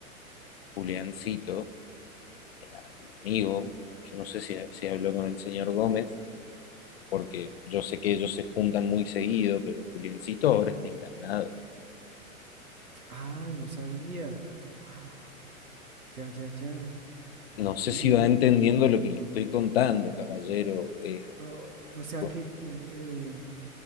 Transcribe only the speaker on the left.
Juliancito el, el amigo, yo no sé si, si habló con el señor Gómez, porque yo sé que ellos se juntan muy seguido, pero Juliancito ahora está internado.
No sé
si
va entendiendo lo que le estoy contando, caballero. Eh,
Go-